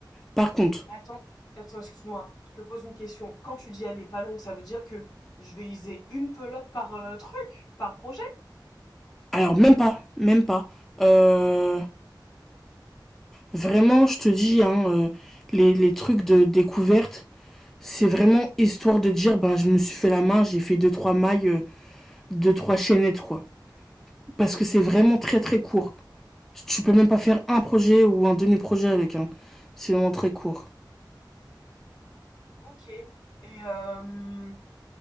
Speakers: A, in the centre; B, on the left.
A: Par contre,
B: Mais attends, attends, excuse-moi, je te pose une question. Quand tu dis elle est pas longue, ça veut dire que je vais user une pelote par euh, truc, par projet?
A: alors même pas, même pas. Euh, vraiment, je te dis, hein, euh, les, les trucs de découverte, c'est vraiment histoire de dire, ben je me suis fait la main, j'ai fait deux trois mailles, euh, deux trois chaînettes quoi. Parce que c'est vraiment très très court. Tu peux même pas faire un projet ou un demi-projet avec. Hein. C'est vraiment très court.
B: Ok. Et euh,